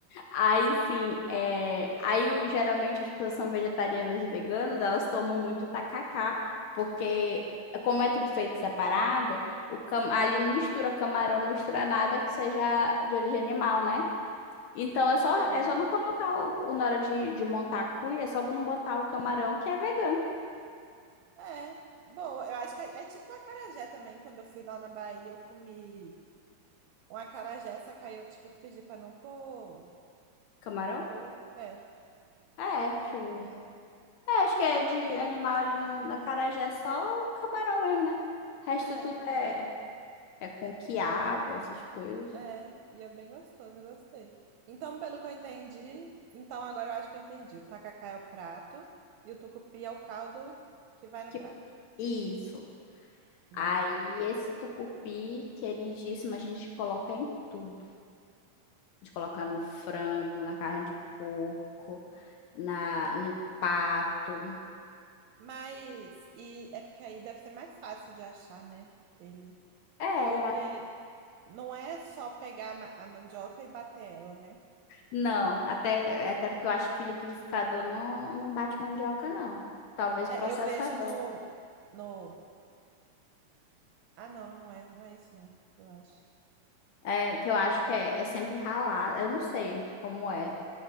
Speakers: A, on the left; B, on the right.
A: Aí sim, é... aí o- geralmente as pessoas são vegetarianas e veganas, elas tomam muito tacacá, porque como é tudo feito separado, o cam... ali não mistura camarão, não mistura nada que seja de origem animal, né? Então é só,
B: Ah,
A: é só não colocar o, o- na hora de, de montar a cuia, é só não botar o camarão que é vegano.
B: É, boa. Eu acho que é, é tipo a acarajé também. Quando eu fui lá na Bahia, eu comi um acarajé, só que aí eu tive que pedir pra não pôr.
A: Camarão?
B: Não pôr. É.
A: É, deixa eu ver. É, acho que é de animal, ele não, acarajé é só o camarão mesmo, né? O resto
B: É,
A: tudo é, é com quiabo, essas coisas.
B: é. E é bem gostoso, eu gostei. Então, pelo que eu entendi, então agora eu acho que eu entendi. O tacacá é o prato e o tucupi é o caldo que vai no
A: Que-
B: prato.
A: Isso.
B: Hum.
A: Aí esse tucupi, queridíssimo, a gente coloca em tudo. A gente coloca no frango, na carne de porco, na, no pato.
B: Mas, e é porque aí deve ser mais fácil de achar, né? Ele.
A: É,
B: Porque não é só pegar a ma- a mandioca e bater ela, né?
A: não, até, é até porque eu acho que liquidificador não, não bate mandioca, não. Talvez
B: É,
A: processador.
B: eu vejo no, no. Ah, não, não é. Não é isso, não, eu acho.
A: É, que eu acho
B: Não,
A: que é, é sempre ralado. Eu não sei como é,